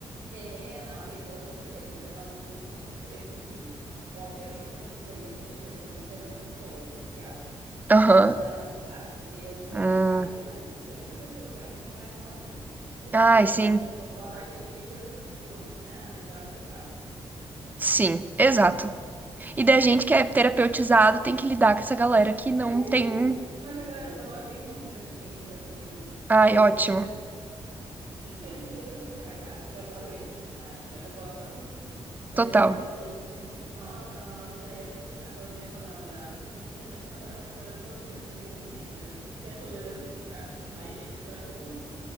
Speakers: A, on the right; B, on the right.
A: É, não, a minha irmã, com certeza, mas ela não, não busca. Eu, tipo assim, obviamente ela precisaria, com certeza, de um acompanhamento psicológico, psiquiátrico,
B: Aham.
A: mas ela não faz. Eu,
B: Hum.
A: lá em casa, só eu, sou a única pessoa que vai, eu sou mais nova, né? Então,
B: Ai,
A: tipo, o
B: sim.
A: resto- o pessoal mais antigo é tudo tipo, ah, dorme que passa.
B: Sim, exato. E da gente que é terapeutizado tem que lidar com essa galera que não
A: É,
B: tem. um,
A: mas agora eu moro bem longe da minha família, então, assim,
B: Ai,
A: é, esses
B: ótimo.
A: dias eu <laughs> Esses dias eu fui pra casa, eu adoro eles, não lá, mas eu gosto de estar sozinha. Daí
B: Total.
A: minha irmã falou assim: Nossa, a Ana Laura já era de ficar sozinha quando ela morava com o William, imagina agora que ela tá morando sozinha. Daí eu falei: Realmente, minha, to- minha tolerância de ficar com mais gente baixou muito.